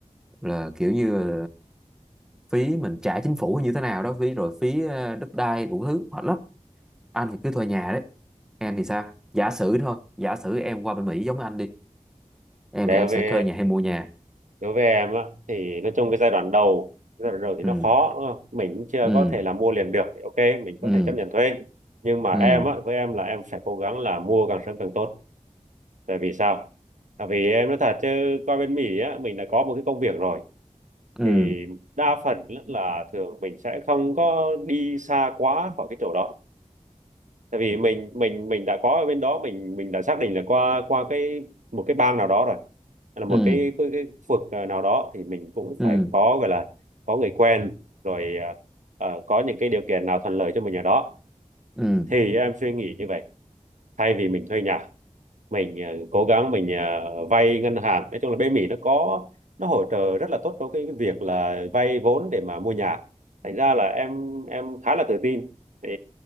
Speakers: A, in the centre; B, on the right (about 80°).
A: là kiểu như phí mình trả chính phủ như thế nào đó phí rồi phí ờ, đất đai đủ thứ hết lắm anh thì cứ thuê nhà đấy em thì sao giả sử thôi giả sử em qua bên Mỹ giống anh đi em
B: Đối
A: thì em
B: với
A: sẽ thuê nhà hay mua nhà
B: đối với em á, thì nói chung cái giai đoạn đầu, giai đoạn đầu thì
A: ừ
B: nó khó đúng không? Mình cũng chưa
A: ừ
B: có thể là mua liền được, thì ok, mình
A: ừ
B: có thể chấp nhận thuê. Nhưng mà
A: ừ
B: em á, với em là em sẽ cố gắng là mua càng sớm càng tốt. Tại vì sao? Tại vì em nói thật chứ qua bên Mỹ á, mình đã có một cái công việc rồi.
A: ừ
B: thì đa phần là thường mình sẽ không có đi xa quá khỏi cái chỗ đó tại vì mình mình mình đã có ở bên đó mình mình đã xác định là qua qua cái một cái bang nào đó rồi Hay là một
A: ừ
B: cái cái, cái khu vực ờ, nào đó thì mình cũng
A: ừ
B: phải
A: ừ
B: có gọi là có người quen rồi ờ, ờ, có những cái điều kiện nào thuận lợi cho mình ở đó
A: ừ
B: thì em suy nghĩ như vậy thay vì mình thuê nhà mình ờ, cố gắng mình ờ, vay ngân hàng nói chung là bên Mỹ nó có nó hỗ trợ rất là tốt cho cái, cái việc là vay vốn để mà mua nhà thành ra là em em khá là tự tin thì